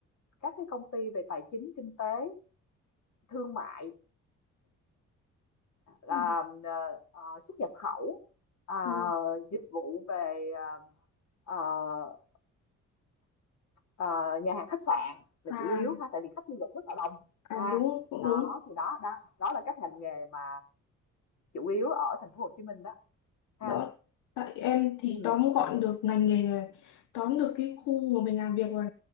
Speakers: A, on the left; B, on the left.
A: các cái công ty về tài chính kinh tế thương mại là
B: Ừ.
A: ờ, ờ, xuất nhập khẩu ờ,
B: Ừ.
A: dịch vụ về ờ, ờ, ờ, nhà hàng khách sạn là
B: à
A: chủ yếu ha tại vì khách du lịch rất là đông
B: à
A: ha
B: đúng cũng
A: đó
B: đúng
A: thì đó đó đó là các ngành nghề mà Chủ yếu ở thành phố Hồ Chí Minh đó anh.
B: đó Tại em thì
A: Ừm,
B: tóm gọn được ngành nghề rồi tóm được cái khu mà mình làm việc rồi